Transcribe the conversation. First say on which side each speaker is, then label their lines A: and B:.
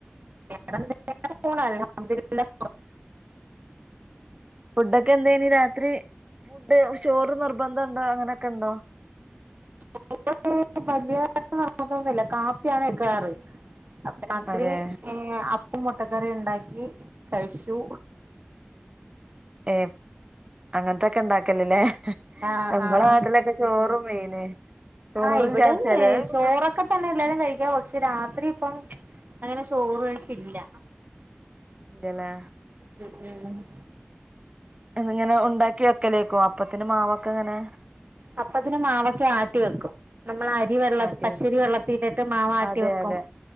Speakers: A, on the right; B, on the right.
A: വേറെന്തക്കെയ പോണ് അല്ഹംത്ലില്ലാ
B: ഫുഡൊക്കെ എന്തേയ്നി രാത്രി ഫുഡ് ചോറ് നിർബന്ധ ഇണ്ടോ അങ്ങനെക്കെണ്ടോ
A: ചോറ് വലിയതായിട്ട് നിർബന്ധ ഒന്നില്ല കാപ്പിയാണെക്കാറ് അപ്പ രാത്രി
B: അതെ
A: ഏ അപ്പും മൊട്ടക്കറി ഇണ്ടാക്കി കഴിച്ചു.
B: ഏ അങ്ങനത്തക്കെയിണ്ടാക്കലല്ലേ.
A: ആഹ്
B: നമ്മള
A: ആഹ്
B: നാട്ടിലക്കെ ചോറും മീന്. ചോറില്ലാതെ
A: ആ ഇവിടെ
B: ചെലവൊന്നും
A: ചോറൊക്കെ തന്നെ എല്ലാരും കഴിക്കാ പക്ഷേ രാത്രി ഇപ്പം അങ്ങനെ ചോറു കഴിപ്പില്ല
B: ഇല്ലലേ
A: മ്മ് മ്മ്
B: ഇന്നിങ്ങനെ ഉണ്ടാക്കി വെക്കെലേക്കും അപ്പത്തിന്റെ മാവൊക്കെ ഇങ്ങനെ
A: അപ്പത്തിന്ന് മാവൊക്കെ ആട്ടി വെക്കും നമ്മള് അ രി വെള്ളത്തി
B: ആട്ടി
A: പച്ചരി
B: വെച്ച്
A: വെള്ളത്തിട്ടിട്ട് മാവ് ആട്ടി
B: അതെ
A: വെക്കും
B: അതെ